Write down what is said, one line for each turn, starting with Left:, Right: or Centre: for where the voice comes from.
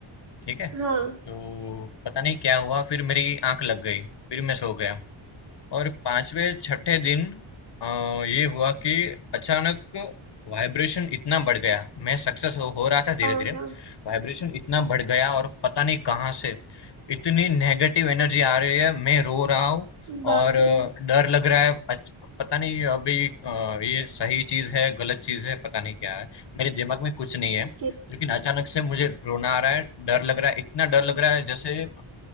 Left: ठीक है
Right: हाँ
Left: तो पता नहीं क्या हुआ फिर मेरी आंख लग गई फिर मैं सो गया और पाँचवें छठे दिन अ, ये हुआ कि अचानक वाइब्रेशन इतना बढ़ गया मैं सक्सेस हो, हो रहा था धीरे
Right: हाँ
Left: धीरे
Right: हाँ
Left: वाइब्रेशन इतना बढ़ गया और पता नहीं कहाँ से इतनी नेगेटिव एनर्जी आ रही है मैं रो रहा हूँ
Right: बाप
Left: और अ,
Right: रे
Left: डर लग रहा है अच- पता नहीं अभी अ, ये सही चीज़ है गलत चीज़ है पता नहीं क्या है मेरे दिमाग में कुछ नहीं है
Right: जी
Left: लेकिन अचानक से मुझे रोना आ रहा है डर लग रहा है इतना डर लग रहा है जैसे अ,